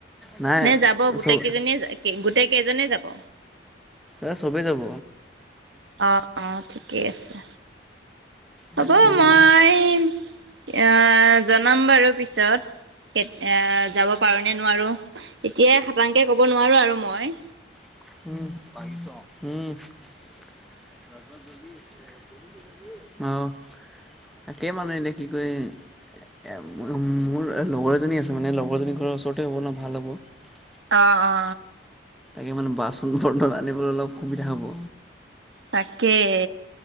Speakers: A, in the centre; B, on the right.
A: নাই
B: নে যাব গোটেই
A: চব
B: কেইজনীয়ে গোটেই কেইজনে যাব।
A: এ চবেই যাব।
B: অ অ ঠিকেই আছে হ'ব
A: তাকে মানে
B: মই। এ জনাম বাৰু পিছত এ যাব পাৰো নে নোৱাৰো। এতিয়া খাাতংকে কব নোৱাৰো আৰু মই।
A: <unintelligible> অ <unintelligible> মোৰ লগৰ এজনী আছে মানে লগৰজনী ঘৰৰ ওচৰতে হব ন ভাল হ'ব।
B: অ অ
A: তাকে মানে বাচন বৰ্তন আনিবলৈ অলপ সুবিধা হ'ব।
B: তাকেই।